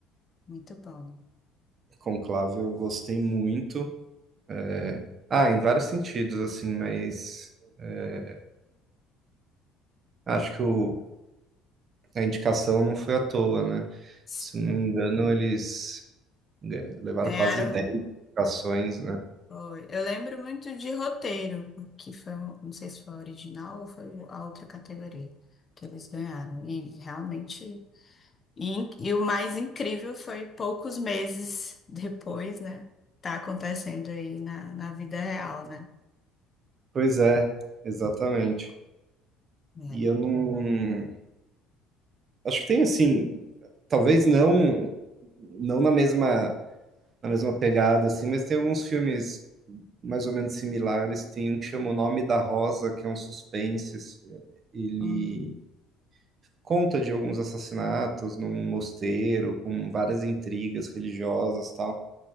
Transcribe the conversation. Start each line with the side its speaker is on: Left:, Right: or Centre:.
Left: Muito bom.
Right: Conclave eu gostei muito. É, Ah, em vários sentidos, assim, mas... é, Acho que o- a indicação não foi à toa, né?
Left: Sim.
Right: Se não me engano, eles ga- levaram
Left: Ganharam.
Right: quase 10 indicações, né?
Left: Foi. Eu lembro muito de roteiro, que foi, um- não sei se foi a original ou foi a outra categoria que eles ganharam. E realmente. E, in- e o mais incrível foi poucos meses depois, né? Tá acontecendo aí na, na vida real, né?
Right: Pois é, exatamente.
Left: É.
Right: E eu não. Acho que tem assim, talvez não não na mesma na mesma pegada assim, mas tem alguns filmes mais ou menos similares. Tem um que chama O Nome da Rosa, que é um suspense. assim, Ele
Left: Hum,
Right: conta de alguns assassinatos num mosteiro com várias intrigas religiosas, tal.